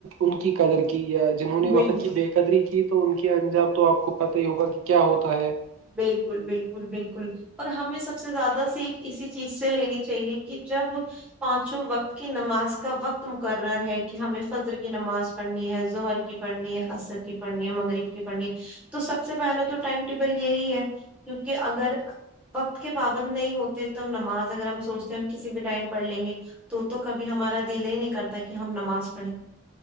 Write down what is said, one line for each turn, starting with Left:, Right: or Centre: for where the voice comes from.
Right: ان کی قدر کی یا جنہوں نے
Centre: بل
Right: وقت کی بے قدری کی تو ان کے انجام تو آپ کو پتا ہی ہوگا کہ کیا ہوتا ہے
Centre: بالکل بالکل بالکل اور ہمیں سب سے زیادہ سیکھ اسی چیز سے لینی چاہیے کہ جب پانچوں وقت کی نماز کا وقت مقرر ہے کہ ہمیں فجر کی نماز پڑھنی ہے ظہر کی پڑھنی ہے عصر کی پڑھنی ہے مغرب کی پڑھنی تو سب سے پہلے تو ٹائم ٹیبل یہی ہے کیونکہ اگر وقت کے پابند نہیں ہوتے تو نماز اگر ہم سوچتے ہیں ہم کسی بھی ٹائم پڑھ لیں گے تو تو کبھی ہمارا دل ہی نہیں کرتا کہ ہم نماز پڑھیں